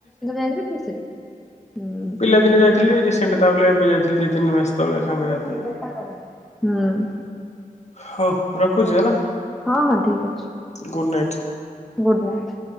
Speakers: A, in the centre; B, on the left.
A: ଯାଇଥିଲି ଖୁସିରେ ହୁଁ
B: ପିଲାଦିନେ ଯାଇଥିଲି ରିସି <unintelligible> ଏବେ ଯାଇଥିଲି ଦି ତିିନି ମାସ ତଳେ
A: <unintelligible>
B: ସାଙ୍ଗସାଥି
A: ହୁଁ।
B: ହଉ ରଖୁଛି ହେଲା।
A: ହଁ ହଁ ଠିକ୍ ଅଛି।
B: Good night.
A: Good night.